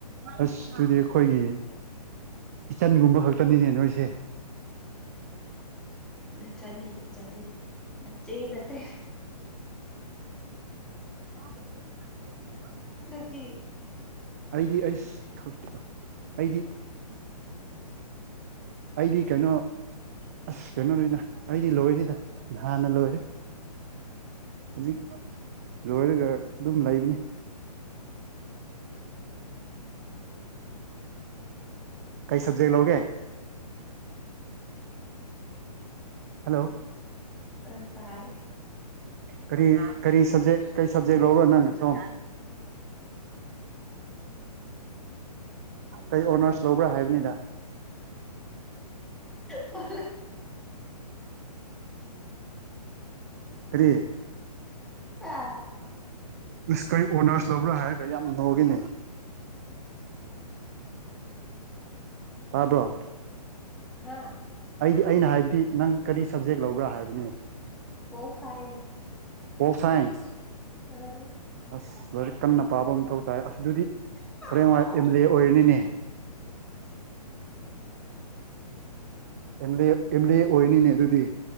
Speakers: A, on the right; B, in the centre.
A: ꯑꯁ ꯇꯨꯗꯤ ꯑꯩꯈꯣꯏꯒꯤ ꯏꯆꯟꯒꯨꯝꯕ ꯈꯛꯇꯅꯤꯅꯦ ꯅꯣꯏꯁꯦ
B: ꯅꯆꯟꯅꯦ ꯅꯆꯟꯅꯦ ꯅꯆꯦ ꯅꯠꯇꯦ
A: ꯍ <unintelligible>
B: ꯅꯪꯗꯤ
A: ꯑꯩꯗꯤ ꯑꯩꯁ ꯑꯩꯗꯤ ꯑꯩꯗꯤ ꯀꯩꯅꯣ ꯑꯁ ꯀꯩꯅꯣꯅꯤꯅ ꯑꯩꯗꯤ ꯂꯣꯏꯔꯦꯗ ꯅꯍꯥꯟꯅ ꯂꯣꯏꯔꯦ ꯍꯧꯖꯤꯛ ꯂꯣꯏꯔꯒ ꯑꯗꯨꯝ ꯂꯩꯕꯅꯤ ꯀꯩ ꯁꯕꯖꯦꯛ ꯂꯧꯒꯦ ꯍꯜꯂꯣ
B: ꯑ ꯇꯥꯏ
A: ꯀꯔꯤ ꯀꯔꯤ ꯁꯕꯖꯦꯛ ꯀꯔꯤ ꯁꯕꯖꯦꯛ ꯂꯧꯕꯔ꯭ ꯅꯪ ꯁꯣꯝ ꯀꯩ ꯑꯣꯅꯔꯁ ꯂꯧꯕ꯭ꯔꯥ ꯍꯥꯏꯕꯅꯤꯗ
B: ꯐꯂ
A: ꯀꯔꯤ
B: ꯍꯥ
A: ꯏꯁ ꯀꯩ ꯑꯣꯅꯔꯁ ꯂꯧꯕ꯭ꯔꯥ ꯍꯥꯏꯔꯒ ꯌꯥꯝ ꯅꯣꯛꯏꯅꯦ ꯇꯥꯕ꯭ꯔꯣ
B: ꯍꯥꯥ
A: ꯑꯩꯗꯤ ꯑꯩꯅ ꯍꯥꯏꯕꯗꯤ ꯅꯪ ꯀꯔꯤ ꯁꯕꯖꯦꯛ ꯂꯧꯕ꯭ꯔ ꯍꯥꯏꯕꯅꯤ
B: ꯄꯣꯜ ꯁꯥꯏꯟꯁ
A: ꯄꯣꯜ ꯁꯥꯏ꯭ꯟꯁ
B: ꯑꯥ
A: ꯑꯁ ꯂꯥꯏꯔꯤꯛ ꯀꯟꯅ ꯄꯥꯕ ꯃꯊꯧ ꯇꯥꯏ ꯑꯁ ꯑꯗꯨꯗꯤ
B: ꯑꯥ
A: ꯍꯌꯦꯡ ꯋꯥꯏ ꯑꯦꯝ ꯑꯦꯜ ꯑꯦ ꯑꯣꯏꯔꯅꯤꯅꯦ M L A M L A ꯑꯣꯏꯅꯤꯅꯦ ꯑꯗꯨꯗꯤ